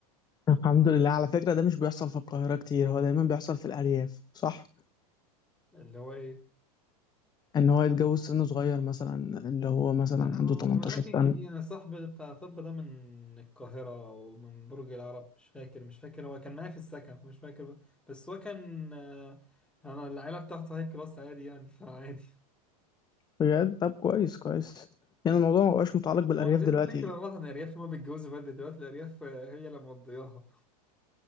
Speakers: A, on the left (about 20°); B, in the centre.
A: الحمد لله على فكرة ده مش بيحصل في القاهرة كتير هو دايما بيحصل في الأرياف صح؟
B: اللي هو ايه
A: ان هو يتجوز سن صغير مثلا اللي هو مثلا
B: لا
A: عنده
B: أماكن
A: 18 سنة
B: كتير أنا صاحبي بتاع طب ده من القاهرة ومن برج العرب مش فاكر مش فاكر هو كان معايا في السكن فمش فاكر بس هو كان آه، أنا العيلة بتاعته هاي كلاس عادي يعني فعادي <laughs>
A: بجد طب كويس كويس يعني الموضوع ما بقاش متعلق بالأرياف
B: هم واخدين
A: دلوقتي
B: فكرة غلط عن الأرياف هما بيتجوزوا بدري دلوقتي الأرياف آه، هي اللي مقضياها